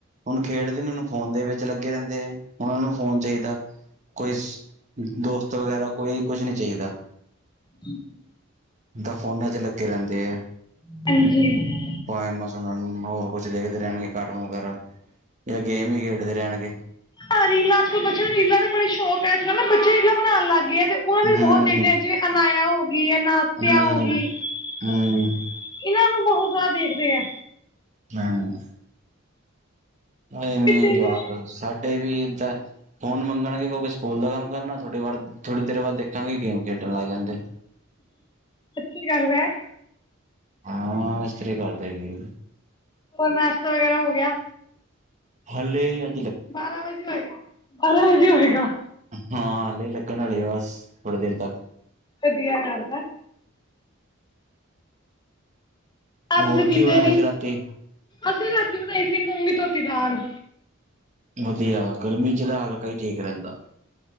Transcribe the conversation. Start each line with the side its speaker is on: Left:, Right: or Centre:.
Right: ਹੁਨ ਖੇਡਦੇ ਨੂੰ ਫੋਨ ਦੇ ਵਿੱਚ ਲੱਗੇ ਰਹਿੰਦੇ ਐ, ਹੁਣ ਉਹਨਾ ਨੂੰ ਫੋਨ ਚਾਹੀਦਾ। ਕੋਈ ਸ ਦੋਸਤ ਵਗੈਰਾ, ਕੋਈ ਕੁਛ ਨਹੀਂ ਚਾਹੀਦਾ।
Left: ਠੀਕ <inaudible>
Right: ਦਾ, ਫੋਨਾਂ ਚ ਲੱਗੇ ਰਹਿਂਦੇ ਐ।
Left: <inaudible>
Right: ਪਾਯਾ ਮਸ ਉਹਨਾਂ ਨੂੰ, ਹੋਰ ਕੁਛ ਵੇਖਦੇ ਰੇਣਗੇ ਕਾਰਟੂਨ ਵਗੈਰਾ, ਯਾ ਗੇਮ ਈ ਖੇਡਦੇ ਰੇਹਣਗੇ।
Left: ਹਾਂ ਰੀਲਾਂ ਅੱਜ ਕੱਲ ਬੱਚਿਆਂ ਨੂੰ ਰੀਲਾਂ ਦੀ ਬੜੀ ਸ਼ੌਕ ਹੈ। ਅੱਜ ਕੱਲ ਬੱਚੇ ਰੀਲਾਂ ਬਣਾਉਣ ਲੱਗ ਗਏ ਤੇ। ਹੋਰ
Right: ਹੂੰ
Left: ਵੀ ਬਹੁਤ ਦੇਖਦੇ ਆ, ਜਿਵੇਂ ਅਨਾਇਆ ਹੋ ਗੀ, ਅਨਾਤਿਆ
Right: ਹੂੰ
Left: ਹੋ ਗੀ। ਇਹਨਾਂ
Right: ਹੂੰ
Left: ਨੂੰ ਬਹੁਤ ਜ਼ਿਆਦਾ ਦੇਖਦੇ ਆ।
Right: <unintelligible> ਐਵੇ
Left: ਕਿਸੇ
Right: ਈ ਜਵਾਕ,
Left: ਨੇ
Right: ਸਾਡੇ ਵੀ ਏਦਾਂ ਏ। ਫੋਨ ਮੰਗਣਗੇ, ਕਿਉਂਕਿ ਸਕੂਲ ਦਾ ਕੰਮ ਕਰਨਾ, ਥੋਢੀ ਵਾਰ ਥੋੜ੍ਹੀ ਦੇਰ ਬਾਅਦ ਦੇਖਾਂਗੇ ਗੇਮ ਖੇਡਣ ਲੱਗ ਜਾਂਦੇ।
Left: ਸੱਚੀ ਗੱਲ ਐ।
Right: ਹਾਂ, ਇਸਤਰੀ ਕਰਦੇਗੀ।
Left: ਹੋਰ, ਨਾਸ਼ਤਾ ਵਗੈਰਾ ਹੋ ਗਿਆ?
Right: ਹਲੇ ਅ
Left: ਬਾਰਾਂ ਵਜੇ ਹੋਏਗਾ, ਬਾਰਾਂ ਵਜੇ ਹੋਏਗਾ।
Right: ਹਾਂ, ਲੀ ਲੱਗਣ ਆਲੀ ਐ, ਬਸ ਥੋੜੀ ਦੇਰ ਤੱਕ।
Left: ਵਧੀਆ ਲੱਗਦਾ ਹੈ। ਆ,
Right: ਹੋਰ
Left: ਤੁਸੀਂ ਪੀਂਦੇ
Right: ਕੀ ਬਣਾਇਆ
Left: ਨੀ?
Right: ਸੀ ਰਾਤੀ
Left: ਅਸੀਂ ਰਾਤੀ ਬਣਾਈ ਸੀ ਮੂੰਗੀ ਧੋਤੀ ਦਾਲ।
Right: ਵਧੀਆ ਗਰਮੀ ਚ ਤਾਂ ਹਲਕਾ ਹੀ ਠੀਕ ਰਹਿੰਦਾ ਹੈ।